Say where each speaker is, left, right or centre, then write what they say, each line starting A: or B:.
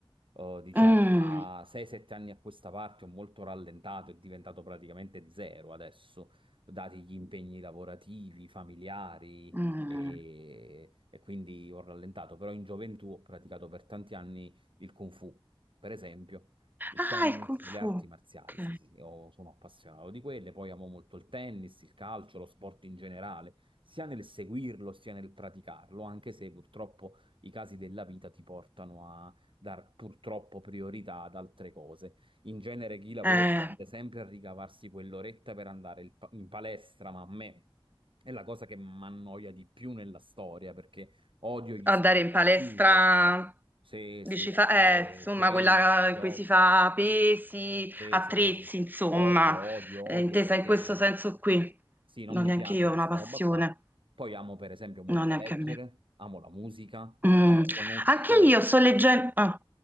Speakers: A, on the right (about 60°); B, on the right (about 20°).
A: Eh, diciamo
B: Mm.
A: da 6-7 anni a questa parte ho molto rallentato, è diventato praticamente zero adesso, dati gli impegni lavorativi, familiari
B: Mm.
A: e, e quindi ho rallentato, però in gioventù ho praticato per tanti anni il Kung Fu, per esempio. Il
B: Ah,
A: tennis,
B: il Kung
A: le
B: Fu.
A: arti marziali,
B: Ok.
A: sì, sì, sì, io sono appassionato di quelle, poi amo molto il tennis, il calcio, lo sport in generale, sia nel seguirlo sia nel praticarlo, anche se purtroppo i casi della vita ti portano a dar purtroppo priorità ad altre cose. In genere chi lavora
B: Eh,
A: tende sempre a ricavarsi quell'oretta per andare il pa- in palestra, ma a me è la cosa che mi annoia di più nella storia, perché odio gli
B: andare
A: sport
B: in palestra,
A: al chiuso, se
B: dici,
A: si a
B: fa-
A: fare
B: eh, insomma,
A: pesi,
B: quella
A: jog.
B: in cui si fa pesi,
A: Sì,
B: attrezzi,
A: sì, sì, sì.
B: insomma,
A: Odio, odio, odio
B: Eh, intesa
A: perché
B: in questo senso qui.
A: sì, non
B: Non
A: mi
B: neanche
A: piace
B: io
A: questa
B: ho una passione,
A: roba qua. Poi amo per esempio molto
B: no, neanche
A: leggere,
B: a me.
A: amo la musica,
B: Mm,
A: amo conoscere
B: Anche io sto leggendo... ah,